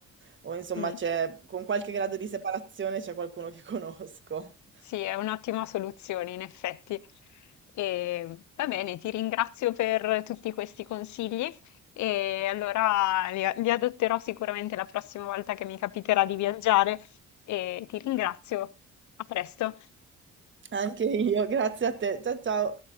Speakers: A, on the right; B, on the left.
A: o insomma
B: Mm.
A: c'è con qualche grado di separazione c'è qualcuno che conosco. <laughs>
B: Sì, è un'ottima soluzione, in effetti. E, va bene, ti ringrazio per tutti questi consigli e allora li, li adotterò sicuramente la prossima volta che mi capiterà di viaggiare e ti ringrazio. A presto.
A: Anche io, grazie a te. Ciao ciao.